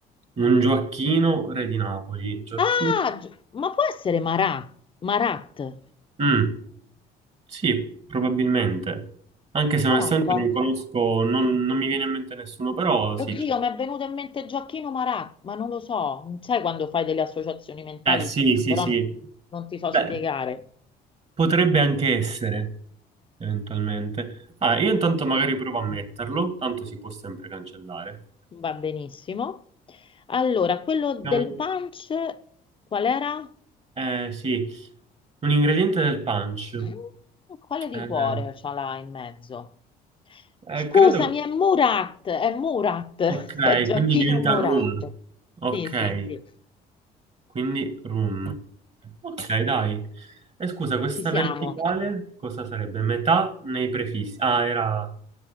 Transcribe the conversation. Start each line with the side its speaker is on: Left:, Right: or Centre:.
Right: Un Gioacchino, re di Napoli. Gioacchino?
Left: Ah, gi- ma può essere Marà? Marat?
Right: Mm, sì, probabilmente. Anche se
Left: Prova
Right: onestamente
Left: un po'.
Right: non conosco, non, non mi viene in mente nessuno, però sì.
Left: Oddio,
Right: c'è.
Left: mi è venuto in mente Gioacchino Marat, ma non lo so. Non sai quando fai delle associazioni mentali,
Right: Eh sì, sì,
Left: però
Right: sì.
Left: non ti so
Right: Beh,
Left: spiegare.
Right: potrebbe anche essere, eventualmente. Ah, io intanto magari provo a metterlo, tanto si può sempre cancellare.
Left: Va benissimo. Allora, quello del
Right: Abbiamo-
Left: punch, qual era?
Right: Eh sì, un ingrediente del punch.
Left: Mm, Quale liquore
Right: Eh,
Left: ce l'ha in mezzo?
Right: eh,
Left: Scusami,
Right: credo...
Left: è Murat, è Murat,
Right: Ok,
Left: <laughs> è Gioacchino
Right: quindi diventa
Left: Murat.
Right: rum. Ok.
Left: Sì, sì, sì,
Right: Quindi room. Ok, dai. E scusa, questa
Left: ci siamo.
Right: verticale cosa sarebbe? Metà nei prefissi. Ah, era...